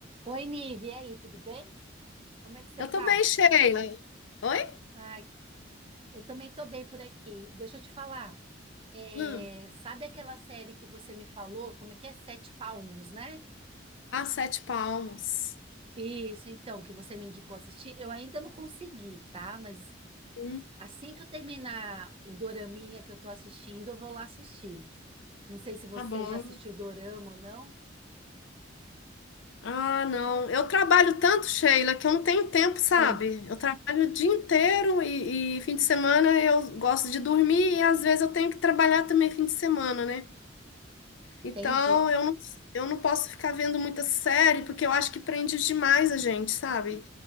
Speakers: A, on the right; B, on the left.
A: Oi, Nive, e aí, tudo bem? Como é que você
B: Eu
A: tá?
B: tô bem, Sheila. Oi?
A: Ah, eu também tô bem por aqui. Deixa eu te falar. é,
B: Hum.
A: sabe aquela série que você me falou? Como é que é? Sete Palmos, né?
B: Ah, sete palmos.
A: Isso, então, que você me indicou assistir. Eu ainda não consegui, tá? Mas
B: Hum,
A: assim que eu terminar o doraminha que eu tô assistindo, eu vou lá assistir. Não sei se você
B: tá bom.
A: já assistiu dorama ou não.
B: Ah, não. Eu trabalho tanto, Sheila, que eu não tenho tempo, sabe?
A: Ah,
B: Eu trabalho o dia inteiro e, e fim de semana eu gosto de dormir e às vezes eu tenho que trabalhar também fim de semana, né?
A: entendi.
B: Então eu não, eu não posso ficar vendo muita série porque eu acho que prende demais a gente, sabe?